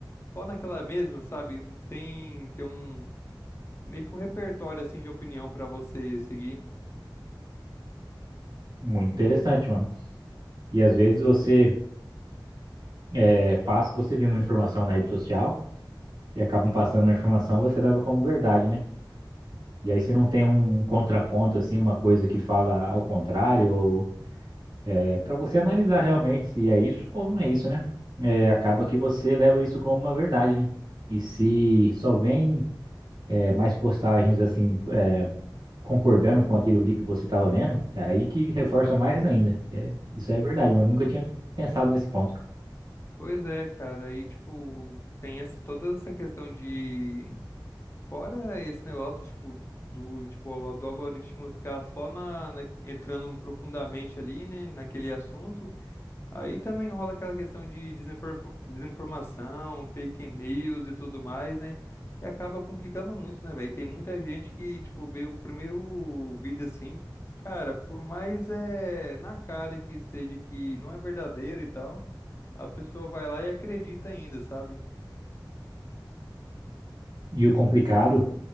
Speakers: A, on the left (about 30°); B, on the right (about 60°).
A: só naquela mesma, sabe? Sem ter um, meio que um repertório, assim, de opinião pra você seguir.
B: Muito interessante, mano. E às vezes você é, passa, você vê uma informação na rede social e acabam passando uma informação, você leva como verdade, né? E aí se não tem um contraponto, assim, uma coisa que fala ao contrário, ou É para você analisar realmente se é isso ou não é isso, né? É, acaba que você leva isso como uma verdade, né? E se só vem é, mais postagens assim é, concordando com aquilo ali que você estava vendo, é aí que reforça mais ainda. É, isso é verdade, mas eu nunca tinha pensado nesse ponto.
A: Pois é, cara, aí, tipo, tem essa, toda essa questão de Fora esse negócio, tipo, do, tipo, do algoritmo ficar só na, na- entrando profundamente ali, né, naquele assunto, aí também rola aquela questão de desinfor- desinformação, fake news e tudo mais, né, que acaba complicando muito, né, velho? Tem muita gente que, tipo, vê o primeiro vídeo assim, cara, por mais é na cara que esteja que não é verdadeiro e tal, a pessoa vai lá e acredita ainda, sabe?
B: E o complicado